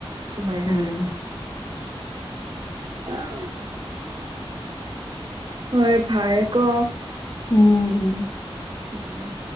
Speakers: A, on the right (about 50°); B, on the left (about 45°).
A: ꯁꯨꯃꯥꯏꯅ
B: ꯎꯝ
A: ꯍꯥꯏꯕꯅꯤ <inaudible> ꯍꯣꯏ ꯐꯔꯦ ꯀꯣ
B: ꯎꯝ ꯎꯝ
A: ꯎꯝ